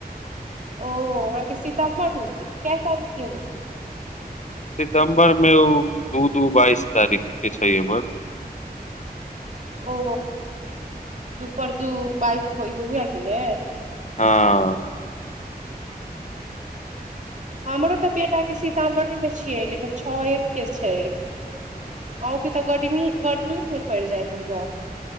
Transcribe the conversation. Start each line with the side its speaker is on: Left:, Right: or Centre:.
Right: ओ अहाँके सितम्बर मे होई क तारीख के रहै
Left: सितम्बर मे ओ दू दू बाइस तारीख के छै हमर
Right: ओ दुपर दू बाइस हो हुए कि ने
Left: हाँ अ
Right: हमरो तऽ बेटाके सीतामामढ़ेमे छियै लेकिन छओ रते छै अहुँके तऽ गर्मी गर्मिएमे पड़ि जाइ हए